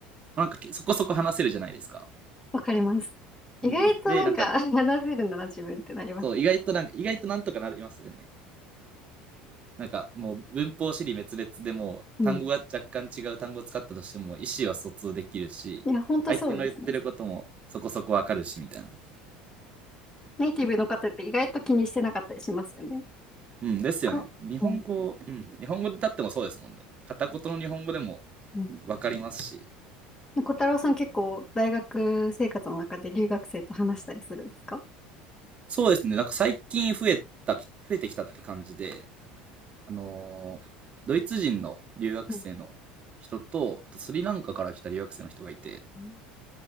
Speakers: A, on the right; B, on the left.
A: まあなんかそこそこ話せるじゃないですか。
B: わかります。意外となんか
A: うんうん。で、なんか、
B: <laughs> 話せるなら自分ってなります。
A: そう、意外となんか、意外となんとかなりますよね。なんか、もう文法り滅裂でも、
B: うん。
A: 単語が若干違う単語を使ったとしても、意思は疎通できるし、
B: いや、ほんとそうですね。
A: 相手の言ってることもそこそこわかるし、みたいな。
B: ネイティブの方って意外と気にしてなかったりしますよね。
A: うん、ですよね。
B: か、
A: 日本語、
B: うん
A: うん、日本語で立ってもそうですもんね。片言の日本語でも
B: うん
A: わかりますし。
B: ね小太郎さん結構大学生活の中で留学生と話したりするんですか
A: そうですね。なんか最近増えた、増えてきたって感じで、あのードイツ人の留学生の人と、
B: うん
A: あとスリランカから来た留学生の人がいて、
B: うん